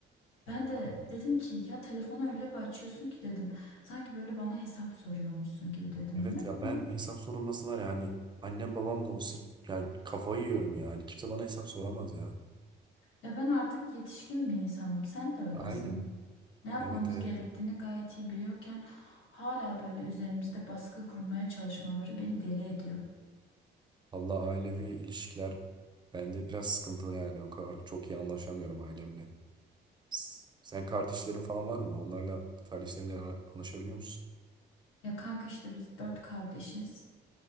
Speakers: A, on the left; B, on the right.
A: Ben de dedim ki ya telefonu öyle bir açıyorsun ki dedim. Sanki böyle bana hesap soruyormuşsun gibi dedim.
B: Evet
A: Ne?
B: ya
A: bileyim.
B: ben hesap sorulması var ya hani annem babam da olsa yani kafayı yiyorum ya. Hani kimse bana hesap soramaz ya.
A: Ya ben artık yetişkin bir insanım. Sen de öylesin.
B: Aynen.
A: Ne yapmamız
B: Evet evet.
A: gerektiğini gayet iyi biliyorken hala böyle üzerimizde baskı kurmaya çalışmaları beni deli ediyor.
B: Allah ailevi ilişkiler bende biraz sıkıntılı yani o kadar çok iyi anlaşamıyorum ailemle. S- Sen kardeşlerin falan var mı? Onlarla kardeşlerinle ara- anlaşabiliyor musun?
A: Ya kanka işte biz dört kardeşiz.